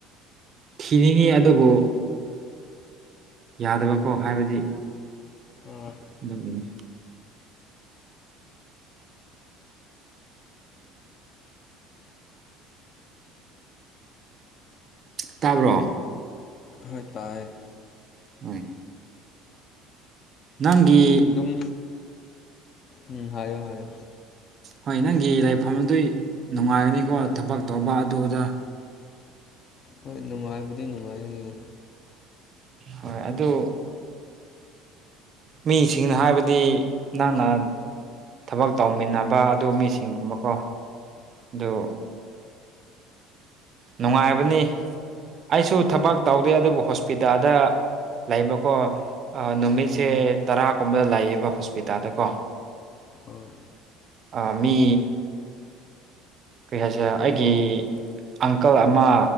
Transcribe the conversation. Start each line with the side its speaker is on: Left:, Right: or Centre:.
Right: ꯊꯤꯅꯤꯡꯉꯤ ꯑꯗꯨꯕꯨ ꯌꯥꯗꯕꯀꯣ ꯍꯥꯏꯕꯗꯤ
Left: ꯍꯣꯏ
Right: ꯑꯗꯨꯒꯤꯅꯤ ꯇꯥꯕ꯭ꯔꯣ
Left: ꯍꫭꯏ ꯇꯥꯏ
Right: ꯍꯣꯏ ꯅꯪꯒꯤ
Left: ꯑꯗꯨꯝ ꯎꯝ ꯍꯥꯏꯌꫭ ꯍꯥꯏꯌꫭ
Right: ꯍꯣꯏ ꯅꯪꯒꯤ ꯂꯥꯏꯐꯝꯗꯨ ꯅꯨꯡꯉꯥꯏꯒꯅꯤꯀꯣ ꯊꯕꯛ ꯇꯧꯕ ꯑꯗꯨ ꯑꯗꯥ
Left: ꯍꯣꯏ ꯅꯨꯡꯉꯥꯏꯕꯨꯗꯤ ꯅꯨꯡꯉꯥꯏꯔꯦ
Right: ꯍꯣꯏ ꯑꯗꯨ ꯃꯤꯁꯤꯡꯅ ꯍꯥꯏꯕꯗꯤ ꯅꯪ ꯅ ꯊꯕꯛ ꯇꯧꯃꯤꯟꯅꯕ ꯑꯗꯨ ꯃꯤꯁꯤꯡꯒꯨꯝꯕꯀꯣ ꯑꯗꯨ ꯅꯨꯡꯉꯥꯏꯕꯅꯤ ꯑꯩꯁꯨ ꯊꯕꯛ ꯇꯧꯗꯦ ꯑꯗꯨꯕꯨ ꯍꯣꯁꯄꯤꯇꯥꯜꯗ ꯂꯩꯕꯀꯣ ꯅꯨꯃꯤꯠꯁꯦ
Left: ꯎꯝ
Right: ꯇꯔꯥꯒꯨꯝꯕꯗ ꯂꯩꯌꯦꯕ ꯍꯣꯁꯄꯤꯇꯥꯜꯗꯀꯣ <inaudible>
Left: ꯍꯣꯏ
Right: ꯑ ꯃꯤ ꯀꯔꯤ ꯍꯥꯏꯁꯦꯔ ꯑꯩꯒꯤ ꯑꯪꯀꯜ ꯑꯃ